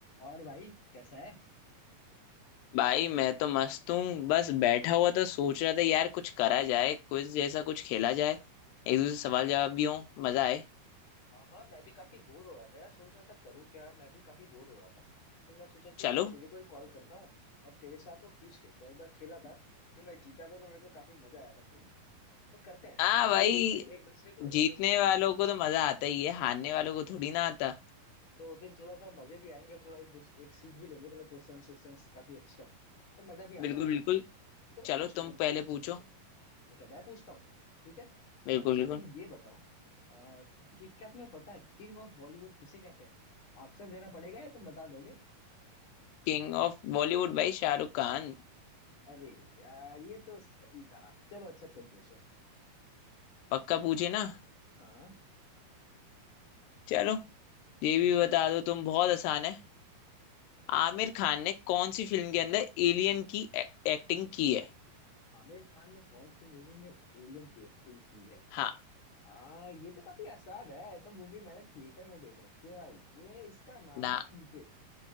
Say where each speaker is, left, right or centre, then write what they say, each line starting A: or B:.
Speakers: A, on the left; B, on the left.
A: और भाई कैसा है
B: भाई मैं तो मस्त हूँ बस बैठा हुआ था सोच रहा था यार कुछ करा जाए क्विज जैसा कुछ खेला जाए एक दूसरे से सवाल जवाब भी हो मजा आए
A: हाँ हाँ मैं भी काफी बोर हो रहा था यार सोच रहा था करूँ क्या मैं भी काफी बोर हो रहा था फिर मैं सोचा कि
B: चलो
A: तेरे को ही कॉल करता हूँ और तेरे साथ वो क्विज खेलता हूँ एक बार खेला था फिर मैं जीता था तो मेरे को काफी मजा आया था खेल के तो करते हैं
B: हाँ
A: काफी
B: भाई
A: एक दूसरे एक दूसरे को एक
B: जीतने
A: दूसरे को
B: वालों को तो मजा आता ही है हारने
A: हाँ
B: वालों को थोड़ी ना आता
A: तो फिर थोड़ा सा मजे भी आएंगे और थोड़ा एक दूसरे एक सीख भी लेंगे थोड़ा क्वेश्चन क्वेश्चन काफी एक्स्ट्रा तो मजा भी आने
B: बिल्कुल
A: वाला
B: बिल्कुल
A: है चलो
B: चलो
A: पूछो
B: तुम
A: मेरे से
B: पहले
A: कुछ
B: पूछो
A: अच्छे अच्छा मैं पूछता हूँ ठीक है
B: बिल्कुल
A: अच्छा
B: बिल्कुल
A: तुम ये बताओ आ, कि क्या तुम्हें पता है किंग ऑफ बॉलीवुड किसे कहते हैं ऑप्शन देना पड़ेगा या तुम बता दोगे
B: किंग ऑफ बॉलीवुड भाई शाहरुख खान
A: अरे यार ये तो सही था चलो अच्छा तुम पूछो
B: पक्का पूछे ना
A: हाँ
B: चलो ये भी बता दो तुम बहुत आसान है आमिर खान ने कौन सी फिल्म के अंदर एलियन की एक्टिंग की है
A: आमिर खान ने कौन सी मूवी में एलियन की एक्टिंग की है
B: हाँ
A: हाँ ये तो काफी आसान है ये तो मूवी मैंने थिएटर में देख रखी है भाई ये इसका नाम
B: ना
A: है पीके